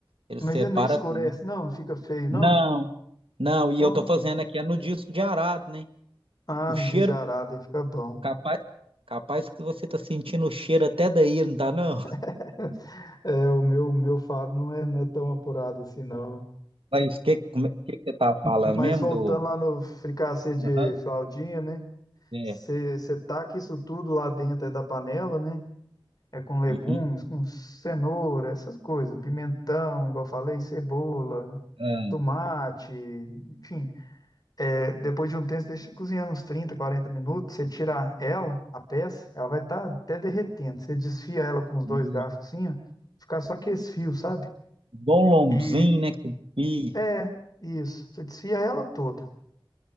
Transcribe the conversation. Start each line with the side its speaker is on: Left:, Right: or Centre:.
Right: ele separa
Left: Mas ele não escurece,
Right: tudo.
Left: não, não fica feio, não?
Right: Não, não, e
Left: Ó,
Right: eu tô fazendo aqui é no disco de arado, né?
Left: Ah,
Right: O cheiro,
Left: não diz de arada, aí fica bom.
Right: capaz, capaz que você tá sentindo o cheiro até daí, não tá não?
Left: <laughs> É, o meu, o meu fado não é, não é tão apurado assim, não.
Right: Mas o que, como é- que, que você tá
Left: M-
Right: falando
Left: Mas
Right: mesmo
Left: voltando
Right: do...
Left: lá no fricassê de
Right: Aham.
Left: fraldinha, né?
Right: é.
Left: Você taca isso tudo lá dentro é da panela, né? É com legumes,
Right: Uhum.
Left: com cenoura, essas coisas, pimentão, igual eu falei, cebola,
Right: Ah,
Left: tomate, enfim. É, depois de um tempo, você deixa cozinhando uns 30 40 minutos. Você tira ela, a peça, ela vai estar até derretendo. Você desfia ela com os
Right: hum,
Left: dois garfos assim, ó. Ficar só com esse fio, sabe?
Right: igual um lombzinho,
Left: E
Right: né? Que você desfia.
Left: é isso. Você desfia ela toda.